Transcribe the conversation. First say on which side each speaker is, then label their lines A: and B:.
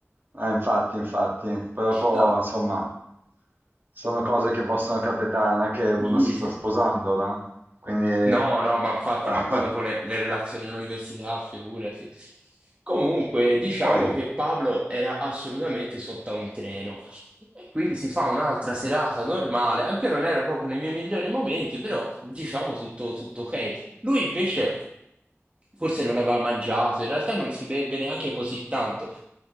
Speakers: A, on the right (about 45°); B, on the right (about 25°).
A: Eh, infatti, infatti, poi dopo,
B: No,
A: insomma, sono cose che possono capitare, non è che uno
B: sì,
A: si
B: sì.
A: sta sposando, no? Quindi... eh,
B: No, no, ma infatti,
A: <laughs>
B: ma poi dopo le, le relazioni in università, figurati. Comunque, diciamo
A: Poi,
B: che Pablo era assolutamente sotto a un treno. E quindi si fa un'altra serata normale. Anche io non ero proprio nei miei migliori momenti, però diciamo tutto, tutto ok. Lui invece forse non aveva mangiato, in realtà non si beve neanche così tanto.